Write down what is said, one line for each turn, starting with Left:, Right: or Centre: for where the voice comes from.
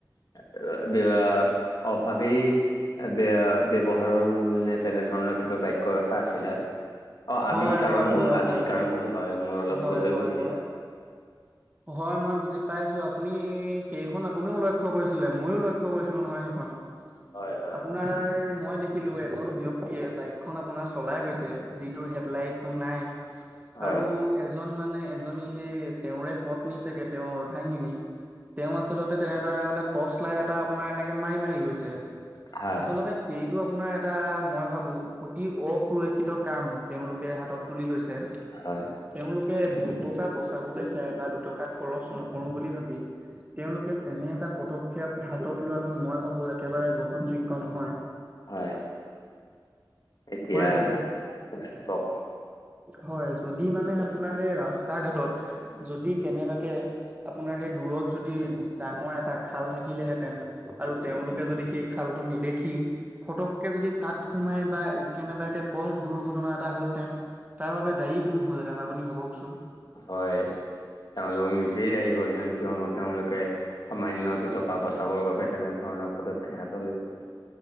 Left: <unintelligible> অভাৱেই <unintelligible> ব্যৱহাৰৰ মূল নে তেনেধৰণৰ কিবা বাক্য এশাৰ আছিলে। অ', আৱিষ্কাৰৰ
Right: হয় হয়
Left: মূল
Right: হয়
Left: আৱিষ্কাৰৰ
Right: হয়
Left: মূল হয়, মোৰ অলপ
Right: হয়
Left: ভুল হৈ
Right: হয়
Left: গৈছিল।
Right: হয়। হয় মই বুজি পাইছোঁ আপুনি সেইখন আপুনিও লক্ষ্য কৰিছিলে ময়ো লইক ক্ষ্য কৰিছিলোঁ নহয় সেইখন
Left: হয়, হয়,
Right: আপোনাৰ মই দে খিলো এজন ব্যক্তিয়ে বাইকখন আপোনাৰ চলাই গৈছে যিটোৰ হেডলাইটটো নাই।
Left: হয়,
Right: আৰু এজন মানে এজনী সেই তেওঁৰে পত্নী চাগে তেওঁৰ অৰ্ধাগিনী তেওঁ আচলতে তেনেদৰে মানে টৰ্চলাইট এটা আপোনাৰ এনেকে মাৰি মাৰি গৈছে।
Left: হয়,
Right: আচলতে সেইটো আপোনাৰ এটা মই ভাবোঁ অতি অসুৰক্ষিত কাম তেওঁলোকে হাতত তুলি লৈছে।
Left: হয়।
Right: তেওঁলোকে দুটকা বচাবলে চাই বা দু টকা খৰচ নকৰো বুলি ভাবি তেওঁলোকে তেনে এটা পদক্ষেপ হাতত লোৱাটো মই ভাবোঁ বোৰ একেবাৰে গ্ৰহণযোগ্য নহয়।
Left: হয়। এতিয়া,
Right: হয়
Left: হয় কওঁক
Right: হয় যদি মানে আপোনাৰ সেই ৰাস্তা ঘাটত যদি কেনেবাকে আপোনাৰ সেই দূৰত যদি ডাঙৰ এটা খাল থাকিলেহেঁতেন আৰু তেওঁলোকে যদি সেই খালটো নেদেখি ফটককে যদি তাত সোমাই বা কেনেবাকে পথ দুৰ্ঘটনা এটা হ'লহেতেন। তাৰ বাবে দায়ী কোন হ'লহেতেন, আপুনি ভাবকচোন?
Left: হয়। তেওঁলোক নিজেই দায়ী হ'লহেতেন, কিয়নো তেওঁলোকে সামান্য দুটকা বচাবৰ বাবে তেনে ধৰণৰ পদক্ষেপ হাতত লৈছে।